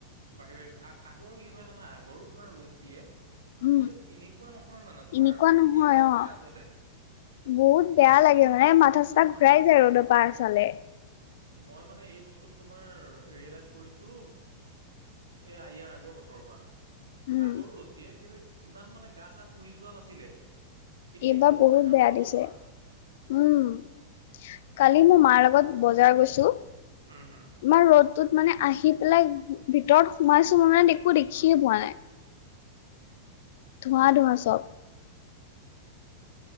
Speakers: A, on the right; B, on the left.
A: বাঢ়ি বাঢ়ি আগৰ কি হয় জানা আগৰ তোমাৰ ৰ'দ দিয়ে
B: উম,
A: কিন্তু এনেকুৱা নহয় মানে তোমাৰ
B: এনেকুৱা নহয়
A: এতিয়া কিবা
B: অ,
A: গা জ্বলে
B: বহুত বেয়া লাগে মানে মাথা চা
A: উম।
B: ঘূৰাই যায় ৰ'দৰ পৰা চালে
A: মই মানে এই বস্তুটো তোমাৰ ৰিয়েলাইজ কৰিছোঁ এই ইয়াৰ আগৰ বস্তু ও
B: উম,
A: আগৰ ৰ'দ দিয়ে কিন্তু ইমান মানে গা চা পুৰি যোৱা নাছিলে এতিয়া
B: এইবাৰ
A: কিবা তুমি
B: বহুত
A: বাহিৰত
B: বেয়া
A: ওলাব
B: দিছে
A: নোৱাৰা
B: উম কালি কি মই মাৰ লগত
A: যে হ'ব
B: বজাৰ গৈছোঁ
A: উম উম
B: মাৰ ৰ'দটোত মানে আহি পেলাই ভিতৰত সোমাইছো মানে একো দেখিয়ে
A: উম
B: পোৱা নাই ধোঁৱা ধোঁৱা চব